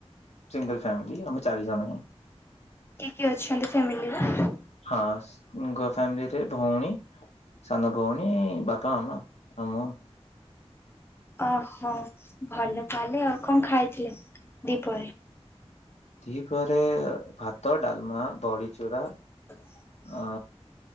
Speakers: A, on the left; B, on the left.
A: ସିଙ୍ଗିଲ୍ ଫ୍ୟାମିଲି ଆମେ ଚାରି ଜଣ ।
B: କିଏ କିଏ ଅଛନ୍ତି ଫ୍ୟାମିଲିରେ?
A: ହଁ ସ୍ ଗ ଫ୍ୟାମିଲିରେ ଭଉଣୀ ସାନ ଭୋଉଣୀ ବାପ ମାମା ଆଉ ମୁଁ। <inaudible>
B: ଅହ ଭଲ ତାହେଲେ, ଆଉ କଁ ଖାଇଥିଲେ ଦିପହରେ?
A: ଦିହିପହରେ ଭାତ ଡାଲମା ବଡ଼ି ଚୁରା
B: ହ
A: ଆ